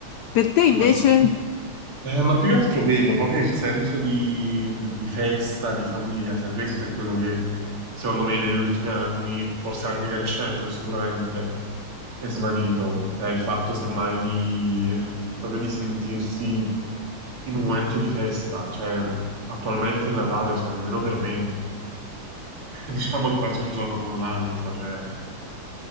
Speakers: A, on the left; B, on the right.
A: per te invece?
B: Ma Eh, ma più che altro quello, proprio il senso di, di festa, di famiglia, cioè questo è quello che secondo me negli ultimi anni, forse anche crescendo sicuramente, è svanito. Cioè, il fatto semmai di, proprio di sentirsi in un momento di festa, cioè attualmente il Natale, cioè, almeno per me, <laughs> diciamo è quasi un giorno come un altro, cioè, eh,